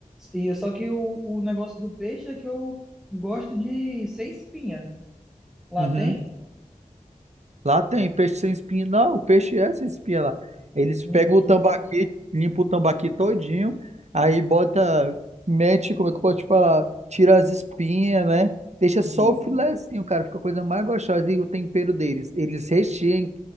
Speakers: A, in the centre; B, on the right.
A: E é só que o, o negócio do peixe é que eu gosto de sem espinha. Lá
B: Uhum.
A: tem?
B: Lá tem peixe sem espinha. Não, o peixe é sem espinha lá. Eles
A: Uhum,
B: pegam o tambaqui, limpam o tambaqui todinho, aí bota, mete, como é que eu posso te falar? Tira as espinhas, né? Deixa
A: uhum.
B: só o filezinho, cara. Fica a coisa mais gostosa. E o tempero deles. Eles recheiam em